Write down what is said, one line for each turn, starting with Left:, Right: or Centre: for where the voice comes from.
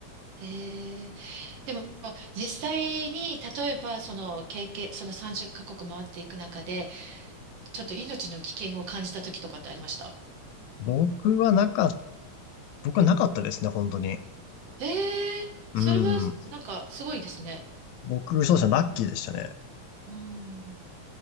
Right: えー、でも実際に例えばその経験その30カ国回っていく中でちょっと命の危険を感じた時とかってありました
Left: 僕はなか、僕はなかったですね、本当に。
Right: ええそれはなんかすごいですね。
Left: うん。僕、そうですね、ラッキーでしたね。
Right: うん。